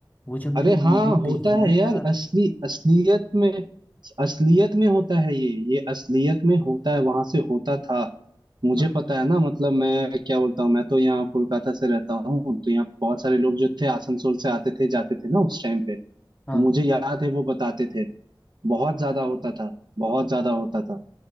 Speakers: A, on the left; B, on the right.
A: वो जब मैंने
B: अरे हाँ
A: मूवी
B: होता
A: देखी
B: है
A: ना
B: यार
A: यार
B: असली असलियत में असलियत में होता है ये ये असलियत में होता है वहां से होता था मुझे
A: हाँ
B: पता है ना मतलब मैं क्या बोलता हूँ मैं तो यहाँ कोलकाता से रहता हूँ तो यहाँ पे बहुत सारे लोग जो थे आसनसोल से आते थे जाते थे ना उस टाइम पे तो
A: हाँ
B: मुझे याद है वो बताते थे बहुत ज्यादा होता था बहुत ज्यादा होता था